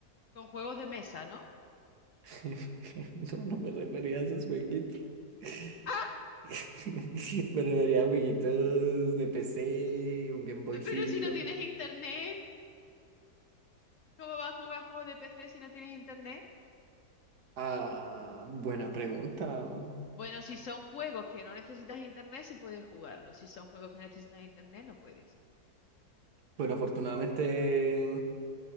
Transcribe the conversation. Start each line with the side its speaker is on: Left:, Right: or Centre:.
Left: Con juegos de mesa, ¿no?
Right: <laughs> No, no me refería a esos jueguitos. <laughs>
Left: ah
Right: Me refería a jueguitos de PC, un Game Boycito.
Left: Pero si no tienes internet, ¿Cómo vas a jugar juegos de PC si no tienes internet?
Right: Ah, buena pregunta.
Left: Bueno, si son juegos que no necesitas internet, sí puedes jugarlos. Si son juegos que necesitas internet, no puedes.
Right: Bueno, afortunadamente,